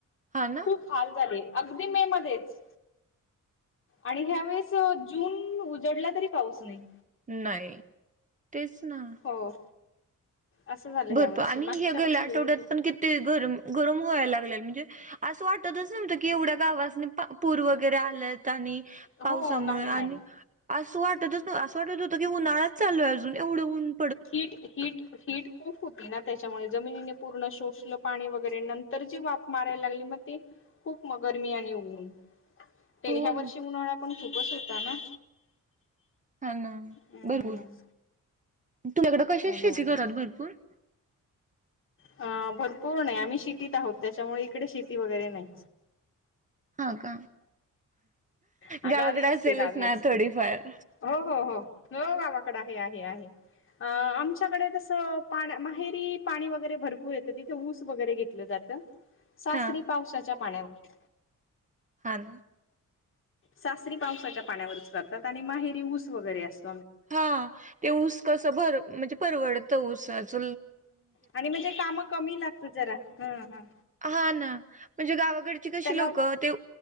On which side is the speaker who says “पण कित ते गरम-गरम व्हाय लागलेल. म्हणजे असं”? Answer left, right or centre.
Right